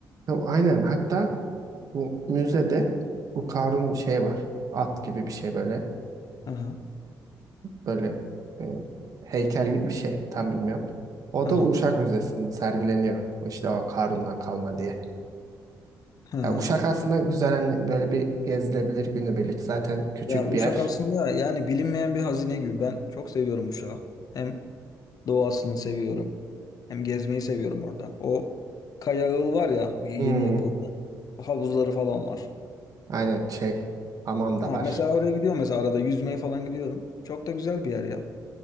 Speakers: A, on the right; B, on the left.
A: Ya aynen hatta bu müzede bu Karun şey var. At gibi bir şey böyle.
B: Aha,
A: Böyle e, heykel gibi bir şey. Tam bilmiyorum. O
B: aha,
A: da Uşak Müzesi'nde sergileniyor. İşte o Karun'dan kalma diye.
B: ha.
A: Ya Uşak aslında güzel hani böyle bir gezilebilir günübirlik. Zaten küçük
B: Ya Uşak
A: bir yer.
B: aslında yani bilinmeyen bir hazine gibi. Ben çok seviyorum Uşak'ı. Hem doğasını seviyorum. Hem gezmeyi seviyorum orada. O Kaya Ağıl var ya o yeni
A: Hmm,
B: yapıldı. Havuzları falan var.
A: aynen şey hamam da
B: Ha,
A: var.
B: mesela oraya gidiyorum mesela arada yüzmeye falan gidiyorum. Çok da güzel bir yer ya.